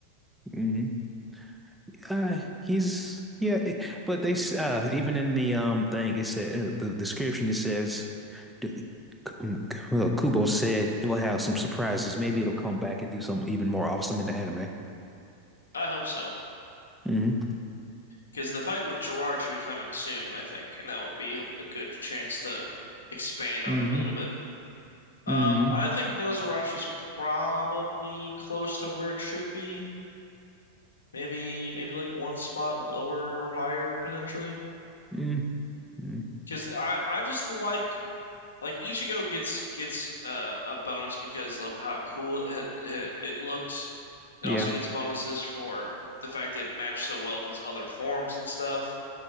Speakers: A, in the centre; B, on the left.
A: Mhm. Uh, he's yeah, it- but they s- uh even in the um thing it said uh, the description it says, d- K- um, K- well Kubo said it will have some surprises. Maybe it'll come back and do something even more awesome in the anime.
B: I hope so
A: hmm
B: because the fight with Gerard should be coming soon, I think, and that will be a good chance to expand on
A: hmm
B: it a little bit. Um,
A: hmm
B: I think Nozarashi's probably close to where it should be. Maybe maybe like one spot lower or higher potentially.
A: mm mm
B: Because I I just like like Ichigo gets gets uh, a bonus because of how cool it, it it looked. It
A: Yeah,
B: also gets bonuses for the fact that it matched so well with his other forms and stuff.